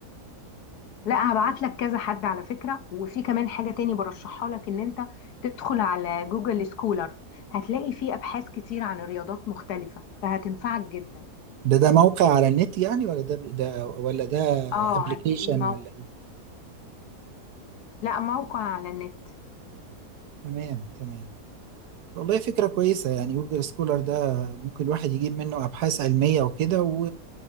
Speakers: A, on the left; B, on the right.
A: لا هبعت لك كذا حد على فكرة وفي كمان حاجة تاني برشحها لك ان انت تدخل على جوجل سكولر هتلاقي فيه ابحاث كتير عن رياضات مختلفة فهتنفعك جدا
B: ده ده موقع على النت يعني ولا ده ده ولا ده
A: اه
B: ابلكيشن
A: هتلاقيه موقع
B: ولا إيه؟
A: لا موقع على النت
B: تمام تمام والله فكرة كويسة يعني جوجل سكولر ده ممكن الواحد يجيب منه أبحاث علمية وكده و...